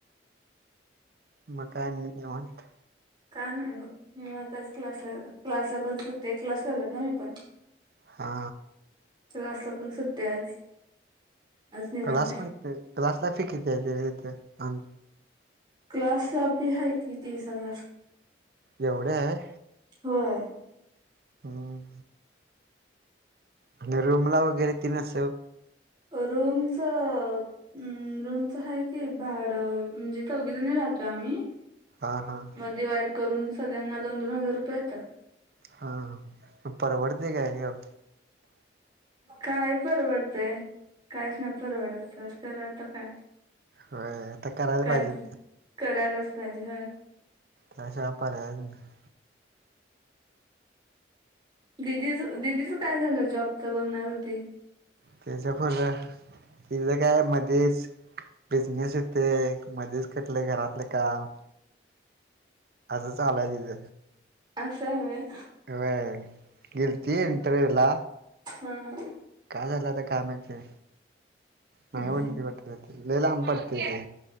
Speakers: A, on the right; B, on the right.
A: मग काय आणि निवांत?
B: काय नाही बघ. निवांत आज क्लासला क्लासला पण सुट्टी हाय क्लास लावलेत ना मी पण.
A: हा.
B: क्लासला पण सुट्टी आज. आज निवांत
A: क्लास
B: आहे
A: पण क्लासला फि किती हाय ती तिथं?
B: क्लासला फी आहे की तीस हजार.
A: एवढी हाय?
B: होय.
A: हम. आणि रूमला वगैरे तेन अस
B: रूमच हम् रुमच आहे कि भाड म्हणजे चौघीजनी राहतोय आम्ही
A: हा हा.
B: डीवाईड करून सगळ्यांना दोन दोन हजार रुपये येतात.
A: हा हा परवडते काय ह्यो
B: काय परवडतंय, काहीच नाही परवडत पर खर आता काय
A: होय.. आता करायला
B: काय
A: पाहिजे.
B: तर करायलाच पाहीजे.. होय
A: त्याशिवाय पर्यायच नाही.
B: दिदीच.. दिदीचं काय झालं जॉबच बघणार होती.
A: त्याच पोरगं.. तिज काय मध्येच बिझनेस येतोय.. मध्येच कुटल घरातल काम असं चालू हाय तिज
B: असं आहे.. होय
A: होय.. गेलती इंटरव्यूला
B: हा.
A: काय झालं आता काय माहितीय.
B: हम्म
A: नाही होनदी
B: हम्म.
A: वाटत.. लई लांब पडत ते..